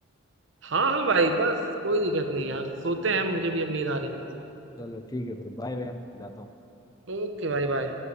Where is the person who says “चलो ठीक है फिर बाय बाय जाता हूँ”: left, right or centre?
Left